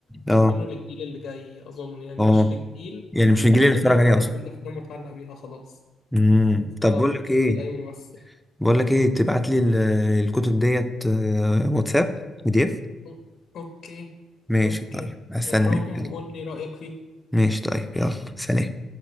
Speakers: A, in the centre; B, on the left.
A: اه
B: عاملينه للجيل اللي جاي اظن يعني
A: اه
B: مش للجيل
A: يعني مش
B: اللي
A: الجيل
B: اوريدي
A: اللي اتفرج
B: اتفرج
A: عليه أصلا
B: بالافلام واتعلق بيها خلاص
A: امم
B: صعب
A: طب بقول لك
B: تبديل
A: إيه
B: اي ممثل
A: بقول لك إيه تبعت لي ال- الكتب ديت آه، واتساب PDF
B: أو- اوكي
A: ماشي
B: اوكي
A: طيب هستناك
B: نقراهم
A: يلا.
B: وقول لي رايك فيهم
A: ماشي طيب يلا سلام